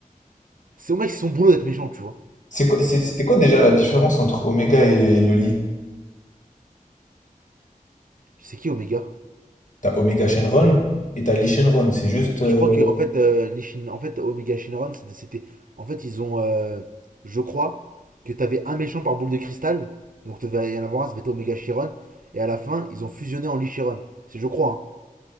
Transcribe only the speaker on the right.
C'est au mec, c'est son boulot d'être méchant, tu vois.
C'est qui Omega
Mais je crois que, en fait, euh, les Shin- en fait Omega Shinron, c'était- En fait, ils ont. euh, je crois que t'avais un méchant par boule de cristal. Donc, t'avais y en avoir un, ça devait être Omega Chiron. Et à la fin, ils ont fusionné en Lichiron. Si je crois, hein.